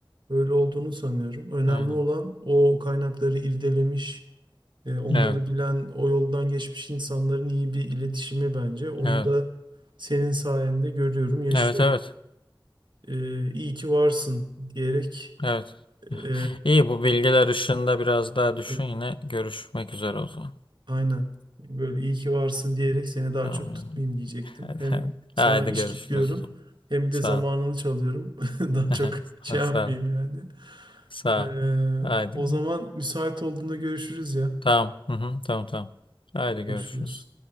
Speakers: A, on the right (about 65°); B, on the left (about 80°).
A: öyle olduğunu sanıyorum. Önemli
B: Aynen.
A: olan o kaynakları irdelemiş, e, onları
B: Evet.
A: bilen, o yoldan geçmiş insanların iyi bir iletişimi bence. Onu
B: Evet.
A: da senin sayende görüyorum, yaşıyorum.
B: Evet evet.
A: E, iyi ki varsın diyerek
B: Evet.
A: e,
B: İyi bu bilgiler ışığında biraz daha düşün
A: e,
B: yine görüşmek üzere o zaman.
A: Aynen. Böyle iyi ki varsın diyerek seni daha
B: Tamam.
A: çok tutmayayım diyecektim.
B: Hadi,
A: Hem
B: hadi.
A: sana
B: Haydi
A: iş
B: görüşürüz
A: git diyorum
B: o zaman.
A: hem
B: Sağ
A: de zamanını
B: ol.
A: çalıyorum. <laughs> Daha
B: <laughs>
A: çok şey yapmayayım
B: Sağ ol.
A: yani.
B: Sağ
A: Ee,
B: ol. Haydi.
A: o zaman müsait olduğunda görüşürüz ya.
B: Tamam. Hı hı. Tamam tamam. Haydi
A: Görüşürüz.
B: görüşürüz.